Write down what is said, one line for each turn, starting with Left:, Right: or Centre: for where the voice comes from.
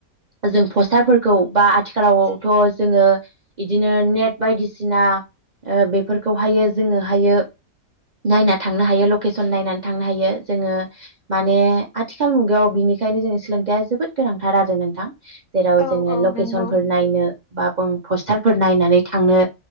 Right: जों पस्टारफोरखौ बा आथिखालावथ जोङो बिदिनो नेट बायदिसिना ओ बेफोरखौहायो जोङोहायो नायना थांनो हायो लकेसन नायनानै थांनो हायो जोङो माने आथिखाल मुगायाव बिनि बेनिखायनो जोंनो सोलोंथाइया जोबोद गोनांथार आरो नोंथां जेराव
Left: औ
Right: जोङो
Left: औ
Right: लकेसनफोर
Left: नंगौ
Right: नायनो बाबों पस्टारफोर नायनानै थांनो